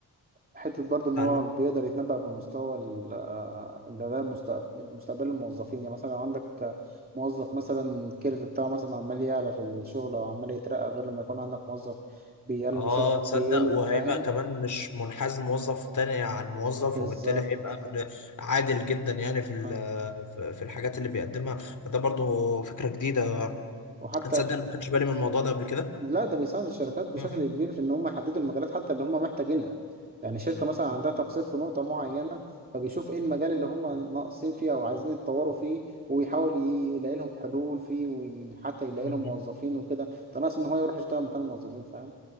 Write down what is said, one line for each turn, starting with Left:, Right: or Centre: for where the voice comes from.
Right: حتة برضو إن
Left: اه
Right: هو بيقدر يتنبأ بمستوى ال- آه، اللي ده المستقبل مستقبل الموظفين يعني مثلا لو عندك موظف مثلا الكيرف بتاعه مثلا عمال يعلى في الشغل أو عمال يترقى غير لما يكون عندك موظف بيقل
Left: اه
Right: بش...
Left: تصدق
Right: بيقل
Left: وهيبقى
Right: فاهم
Left: كمان مش منحاز موظف تاني عن موظف
Right: بالظبط
Left: وبالتالي هيبقى من- عادل جدا يعني في ال-
Right: آه.
Left: في في الحاجات اللي بيقدمها فده برضو فكرة جديدة
Right: وحتى
Left: تصدق انا ما خدتش بالي من الموضوع ده قبل كده
Right: لا ده بيساعد الشركات بشكل
Left: مهم.
Right: كبير في ان هم يحددوا المجالات حتى اللي هم محتاجينها يعني شركة مثلا عندها تقصير في نقطة معينة فبيشوف ايه المجال اللي هم ناقصين فيه او عايزين يتطوروا فيه ويحاول ي- يلاقي لهم حلول فيه وحتى يلاقي
Left: مهم.
Right: لهم موظفين وكده ده ناقص ان هو يروح يشتغل مكان الموظفين فاهم